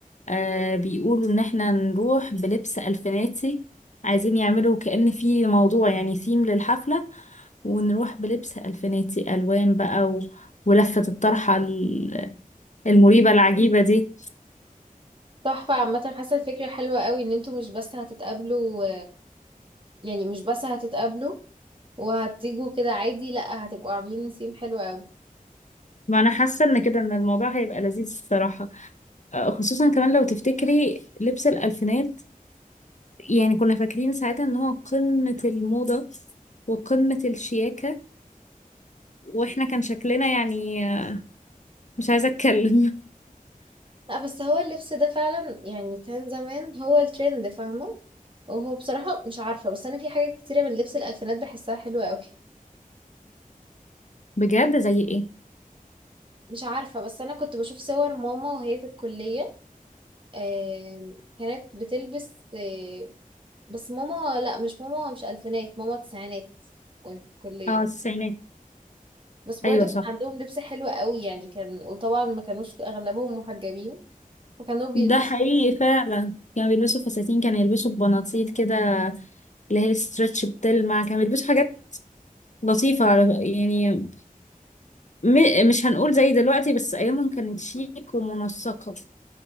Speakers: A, on the left; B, on the right.
A: آه بيقولوا ان احنا نروح بلبس الفيناتي عايزين يعملوا كأن في موضوع يعني ثيم للحفلة ونروح بلبس الفيناتي الوان بقى و... ولفة الطرحة ال- المريبة العجيبة دي
B: تحفه عامه حاسه الفكره حلوه قوي ان انتوا مش بس هتتقابلوا يعني مش بس هتتقابلوا وهتيجوا كده عادي لا هتبقوا عاملين نسيم حلو قوي
A: ما انا حاسة ان كده ان الموضوع هيبقى لذيذ الصراحة آه، خصوصا كمان لو تفتكري لبس الألفينات يعني كنا فاكرين ساعتها ان هو قمة الموضة وقمة الشياكة واحنا كان شكلنا يعني آه، مش عايزة اتكلم
B: لا بس هو اللبس ده فعلا يعني كان زمان هو الترند فاهمة وهو بصراحة مش عارفة بس أنا في حاجات كتيرة من لبس الألفينات بحسها حلوة أوي
A: <laughs> بجد زي ايه
B: مش عارفة بس أنا كنت بشوف صور ماما وهي في الكلية آم، كانت بتلبس آه، بس ماما لا مش ماما مش ألفينات ماما تسعينات وهي في الكلية
A: اه التسعينات
B: بس برضه
A: ايوه صح
B: كان عندهم لبس حلو أوي يعني كان وطبعا ما كانوش أغلبهم محجبين فكانوا بيلبسوا
A: ده حقيقي فعلا كانوا بيلبسوا فساتين كانوا يلبسوا بناطيل كده اللي هي ستريتش بتلمع كانوا بيلبسوا حاجات لطيفة على يعني م... مش هنقول زي دلوقتي بس أيامهم كانت شيك ومنسقة